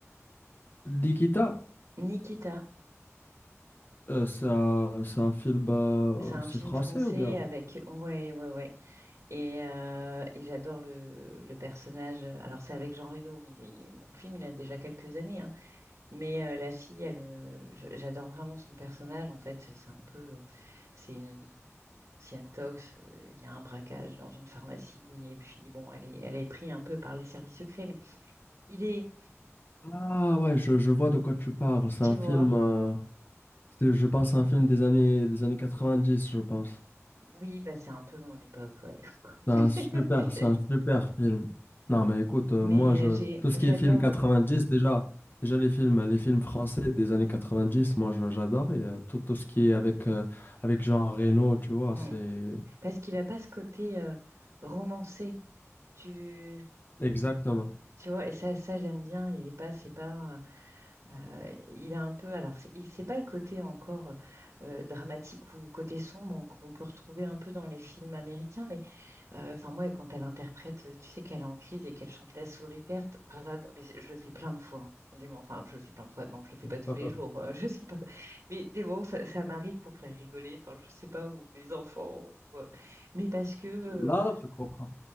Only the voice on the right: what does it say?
Nikita,
c'est un
film
français
avec, ouais, ouais, ouais, et, euh, et j'adore le, le personnage. euh, Alors c'est avec Jean Reno, mais il- bon, le film il a déjà quelques années, hein. Mais euh, la fille, elle, euh, je- j'adore vraiment son personnage. En fait, c'est un peu euh, C'est une, c'est une tox, euh, il y a un braquage dans une pharmacie, et puis bon, elle est, elle est prise un peu par les services secrets, mais il est,
tu
vois,
oui, bah c'est un peu mon époque, ouais.
<laughs>
Mais
euh, j'ai,
j'adore,
Mm.
parce qu'il n'a pas ce côté euh, romancé, tu,
tu vois, et ça, ça j'aime bien, il est pas, c'est pas, euh, il a un peu, alors c'est il- c'est pas le côté encore euh, dramatique ou côté sombre qu'on peut retrouver un peu dans les films américains, mais Euh, Enfin, moi, quand elle interprète, euh, tu sais qu'elle est en crise et qu'elle chante La souris verte. Enfin, là, mais je le fais plein de fois. hein. Des moments- enfin, je le fais plein de fois. Non, je le fais
pas tous les jours. euh, <laughs> je suis pas. Mais des moments, ça, ça m'arrive pour faire rigoler. Enfin, je sais pas où mes enfants. ou, euh, Mais parce que euh,